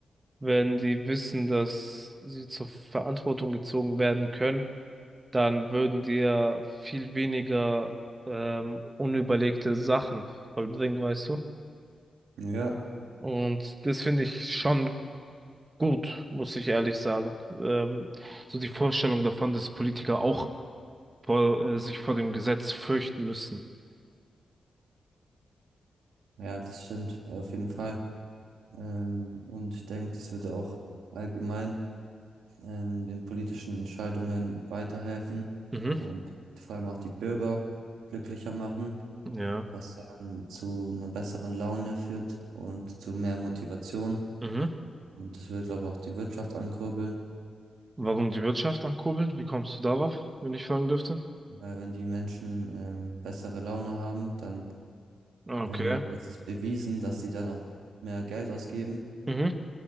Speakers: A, on the right; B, on the right.
A: Wenn die wissen, dass sie zur Verantwortung gezogen werden können, dann würden die ja viel weniger ähm, unüberlegte Sachen vollbringen, weißt du?
B: Ja,
A: Und das finde ich schon gut, muss ich ehrlich sagen. Ähm, so die Vorstellung davon, dass Politiker auch vor, äh, sich vor dem Gesetz fürchten müssen.
B: ja, das stimmt, auf jeden Fall. Ähm, und ich denke, das würde auch allgemein ähm, den politischen Entscheidungen weiterhelfen
A: Mhm.
B: und vor allem auch die Bürger glücklicher machen,
A: Ja.
B: was dann zu einer besseren Laune führt und zu mehr Motivation.
A: Mhm.
B: Und das will, glaube ich, auch die Wirtschaft ankurbeln.
A: Warum die Wirtschaft ankurbeln? Wie kommst du darauf, wenn ich fragen dürfte?
B: Weil wenn die Menschen ähm, bessere Laune haben, dann
A: Ah, Okay.
B: ähm, ist es bewiesen, dass sie dann auch mehr Geld ausgeben.
A: Mhm.